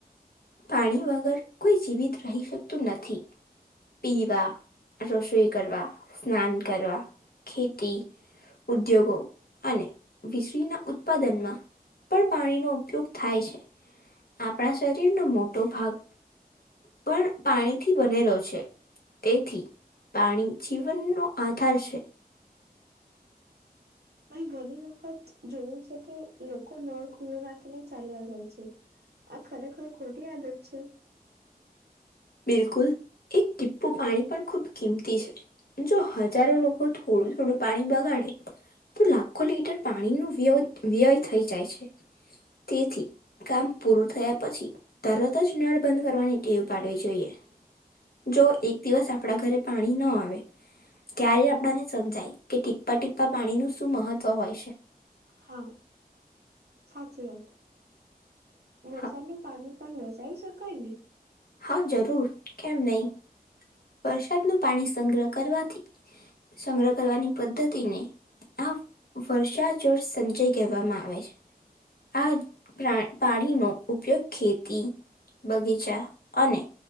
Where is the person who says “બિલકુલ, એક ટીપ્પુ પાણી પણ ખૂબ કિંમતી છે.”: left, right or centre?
Left